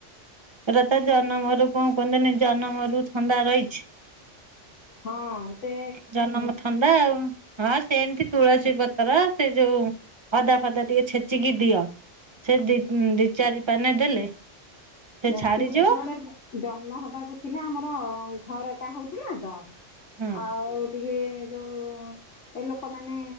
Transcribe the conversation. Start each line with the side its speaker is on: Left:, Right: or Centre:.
Right: ଏଇଟା ତା ଜନମରୁ କଣ କୁହନ୍ତିନି ଜନମରୁ ଥଣ୍ଡା ରହିଛି।
Left: ହଁ। ସେ
Right: ଜନମ ଥଣ୍ଡା ଆଉ। ହଁ ସେମତି ତୁଳସୀ ପତର ସେ ଯୋଉ ଅଦା ଫଦା ଟିକେ ଛେଚିକି ଦିଅ। ସେ ଦି ଦି ଚାରି ପାନେ ନେ ଦେଲେ ସେ
Left: ନା
Right: ଛାଡିଯିବ
Left: ସିଏ ଯେତେବେଳେ ଜ-ଜନ୍ମ ହବାକୁ ଥିଲା, ଆମର ଘରଟା ହଉଥିଲା ତ
Right: ହଁ
Left: ଆଉ ଟିକେ ଯୋଉ ଏ ଲୋକମାନେ